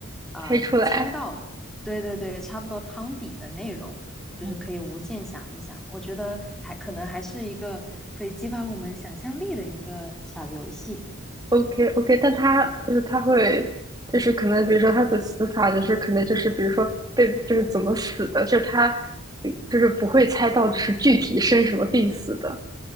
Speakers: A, in the centre; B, on the right (about 20°).
A: 呃猜到，
B: 猜出来。
A: 对对对，差不多汤底的内容，就是可以无限想一想。
B: 嗯，
A: 我觉得还可能还是一个可以激发我们想象力的一个小游戏。
B: OK OK，但它就是它会，就是可能比如说它的死法就是可能就是比如说被就是怎么死的，就是它就是不会猜到就是具体生什么病死的，